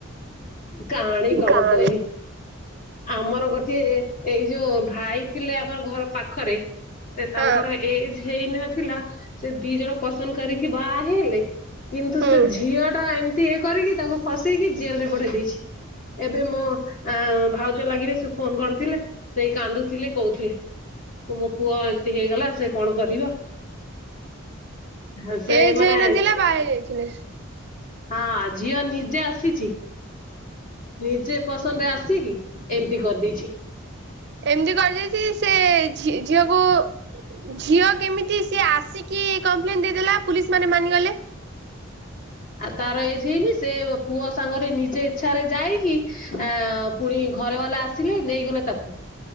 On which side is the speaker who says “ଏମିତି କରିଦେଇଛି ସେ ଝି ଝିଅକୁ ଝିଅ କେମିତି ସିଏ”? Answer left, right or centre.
Right